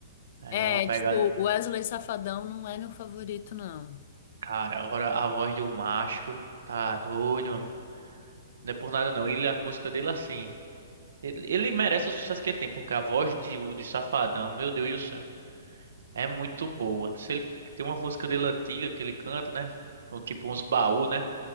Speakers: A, on the right; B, on the left.
A: É
B: É,
A: uma pegada.
B: tipo, o Wesley Safadão não é meu favorito, não.
A: Cara, agora a voz do macho tá doido, mano. Não é por nada não. Ele, a música dele assim. Ele, ele merece o sucesso que ele tem, porque a voz de, de Safadão, meu Deus do céu, é muito boa. Se ele tem uma música dele antiga que ele canta, né? Ou tipo uns baú, né?